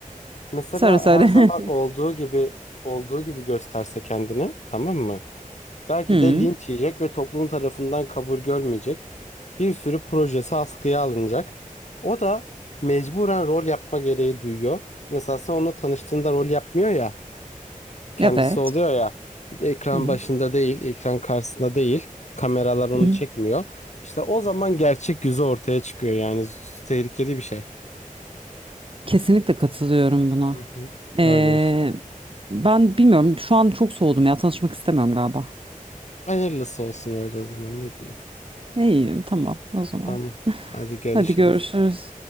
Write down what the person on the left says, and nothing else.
mesela
her zaman olduğu gibi olduğu gibi gösterse kendini tamam mı? Belki
de linç yiyecek ve toplum tarafından kabul görmeyecek. Bir sürü projesi askıya alınacak. O da mecburen rol yapma gereği duyuyor. Mesela sen onunla tanıştığında rol yapmıyor ya. kendisi
oluyor ya ekran
başında değil, ekran karşısında değil. Kameralar onu
çekmiyor. İşte o zaman gerçek yüzü ortaya çıkıyor yani z- tehlikeli bir şey.
Hı hı.
Öyle işte.
Hayırlısı olsun öyle o zaman ne diyeyim.
Tamam. Hadi görüşürüz.